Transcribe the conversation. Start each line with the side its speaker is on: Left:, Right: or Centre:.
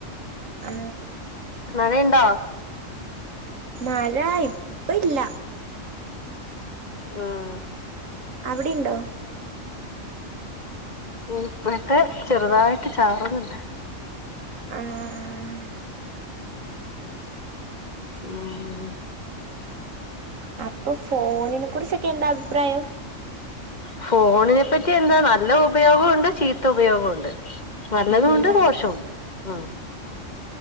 Right: ആ
Left: നനയുണ്ടോ
Right: മഴ ഇപ്പില്ല
Left: ഉം
Right: അവിടെയുണ്ടോ
Left: ഇപ്പഴത്തെ ചെറുതായിട്ട് ചാറ്ന്ന്ണ്ട്
Right: ആഹ്
Left: ഉം
Right: അപ്പൊ ഫോണിനെ കുറിച്ചൊക്കെ എന്താ അഭിപ്രായം
Left: ഫോണിനെ പറ്റി എന്താ നല്ല ഉപയോഗോം ഇണ്ട് ചീത്ത ഉപയോഗോം ഇണ്ട് നല്ലതുണ്ട്
Right: ഉം ഉം അതെ
Left: ദോഷോണ്ട് ഉം